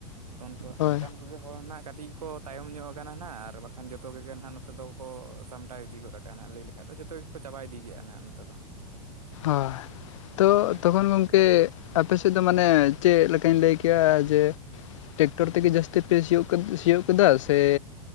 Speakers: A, on the right; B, on the left.
A: ᱛᱚ ᱚᱱᱠᱩ
B: ᱦᱳᱭ
A: ᱚᱱᱠᱟᱱ ᱠᱚ ᱜᱮ ᱦᱚᱲ ᱱᱟᱦᱟᱜ ᱠᱟᱴᱤᱡ ᱠᱚ ᱛᱟᱭᱚᱢ ᱧᱚᱜ ᱟᱠᱟᱱᱟ ᱱᱟᱦᱟᱜ ᱟᱨ ᱵᱟᱠᱷᱟᱱ ᱡᱚᱛᱚᱜᱮ ᱱᱟᱦᱟᱜ ᱱᱚᱛᱮ ᱫᱚᱠᱚ ᱥᱟᱢᱴᱟᱣ ᱤᱫᱤ ᱜᱚᱫ ᱚᱱᱠᱟᱱᱟᱜ ᱞᱟᱹᱭ ᱞᱮᱠᱷᱟᱱ ᱫᱚ ᱡᱚᱛᱚ ᱜᱮᱠᱚ ᱪᱟᱵᱟ ᱤᱫᱤᱭᱮᱫᱟ ᱱᱟᱦᱟᱜ ᱱᱚᱛᱮ ᱫᱚ᱾
B: ᱦᱳᱭ᱾ ᱛᱚ
A: ᱦᱮᱸ
B: ᱛᱚᱠᱷᱚᱱ ᱜᱚᱢᱠᱮ ᱟᱯᱮ ᱥᱮᱫ ᱫᱚ ᱢᱟᱱᱮ ᱪᱮᱫ ᱞᱮᱠᱟᱧ ᱞᱟᱹᱭ ᱠᱮᱭᱟ ᱡᱮ ᱴᱮᱠᱴᱚᱨ ᱛᱮᱜᱮ ᱡᱟᱹᱥᱛᱤ ᱯᱮ ᱥᱤᱭᱳᱜ ᱥᱤᱭᱳᱜ ᱠᱮᱫᱟ ᱥᱮ